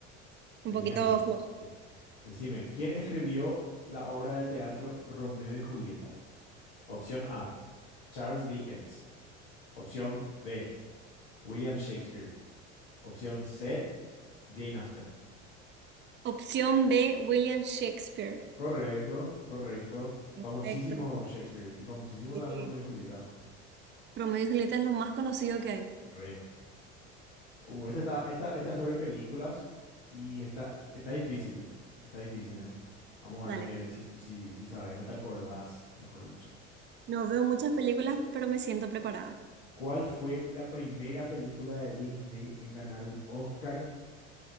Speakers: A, on the right; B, on the left.
A: un
B: Venía
A: poquito
B: ahí.
A: flojo.
B: Sí. Decime, ¿quién escribió la obra de teatro Romeo y Julieta? Opción A, Charles Dickens. Opción B, William Shakespeare. Opción C, Jane Austen.
A: Opción B, William Shakespeare.
B: Correcto, correcto.
A: Perfecto.
B: Famosísimo Shakespeare y famosísimo
A: Sí.
B: también Romeo y Julieta.
A: Romeo y Julieta es lo más conocido que hay.
B: Re. Uh, esta está, esta, esta es sobre películas y está, está difícil. Está difícil, ¿eh? Vamos
A: Dale.
B: a ver que si, si, si sabes o te acordás, mejor dicho.
A: No veo muchas películas, pero me siento preparada.
B: ¿Cuál fue la primera película de Disney en ganar un Oscar